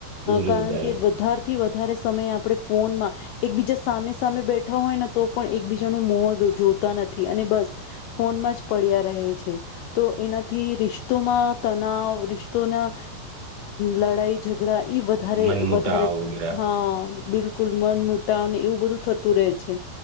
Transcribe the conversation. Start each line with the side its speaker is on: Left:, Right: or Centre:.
Right: દૂરી
Left: કારણ
Right: વધારે
Left: કે વધારેથી વધારે સમય આપણે ફોનમાં એકબીજા સામે સામે બેઠા હોય ન તો પણ એકબીજાનું મો જોતા નથી અને બસ ફોનમાં જ પડ્યા રહે છે તો એના થી રિશ્તોમાં તનાવ રિશ્તોના લડાઈ ઝઘડા ઈ બા વધારે
Right: મન મુટાવ
Left: વધારે
Right: વગેરે
Left: હા બિલકુલ મન મુટાવને એવું બધું થતું રહે છે.